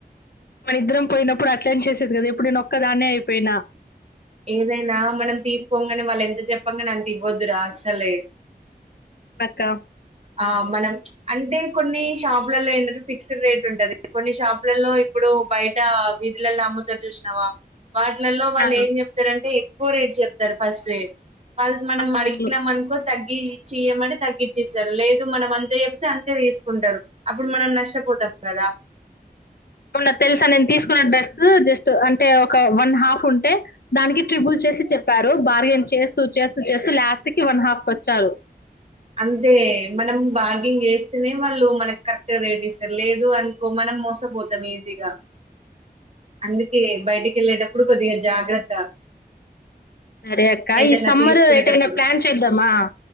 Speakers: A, on the left; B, on the right.
A: మన ఇద్దరం పోయినప్పుడు అట్లంనే చేసేది కదా. ఇపుడు నేను ఒక్కదాన్నే అయిపోయినా.
B: ఏదైనా మనం తీసుకోంగానే వాళ్ళు ఎంత చెప్పంగాని అంత ఇవ్వద్దురా అసలే
A: నక్క
B: ఆ మనం అంటే కొన్ని షాపులలో ఏంటంటే ఫిక్స్డ్ రేట్ ఉంటది. కొన్ని షాపులలో ఇప్పుడు బయట వీధిలల్లో అమ్ముతారు చూసినావా వాటిలలో వాళ్ళు
A: ఆ!
B: ఏం చెప్తారంటే ఎక్కువ రేట్ చెప్తారు ఫస్ట్ ఏ వాళ్ళు మనం
A: అవునవును.
B: అడిగినాం అనుకో తగ్గి ఇచ్చియమని తగ్గిచిస్తం జరా లేదు మనం అంతే చెప్తే అంతే తీసుకుంటరు. అప్పుడు మనం నష్ట పోతాంకదా
A: మొన్న తెలుసా నేను తీసుకున్న డ్రెస్ జస్ట్ అంటే ఒక వన్ హాఫ్ ఉంటే దానికి ట్రిబుల్ చేసి చెప్ చెప్పారు బార్గెన్ చేస్తూ చేస్తూ చేస్తూ లాస్ట్కి వన్ హాఫ్ కి వచ్చారు.
B: అంతే మనం బార్గింగ్ చేస్తేనే వాళ్ళు మనకు కరెక్ట్ రేట్ ఇస్తారు లేదు అనుకో మన మోసపోతాం ఈజీగా అందుకే బయటికి వెళ్ళేటప్పుడు కొద్దిగా జాగ్రత్త
A: సరే అక్క
B: ఏదన్నా
A: ఈ సమ్మర్
B: తీసుకునేటప్పుడు
A: ఎటైనా ప్లాన్ చేద్దామా